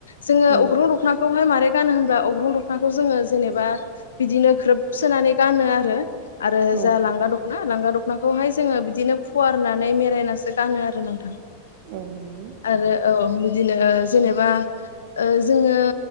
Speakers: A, on the left; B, on the right.
A: जोङो
B: औ
A: अग्रं दखनाखौहाय मारै गानो होनब्ला अग्रं दखनाखौ जोङो जेनेबा बिदिनो ग्रोब सोनानै गानो आरो आरो
B: औ
A: जा लांगा दखना लांगा दखनाखौहाय जोङो बिदिनो फुवारनानै मेरायनानैसो गानो आरो नोंथां
B: औ नंगौ
A: आरो औ बिदिनो जेनेबा ओ जोङो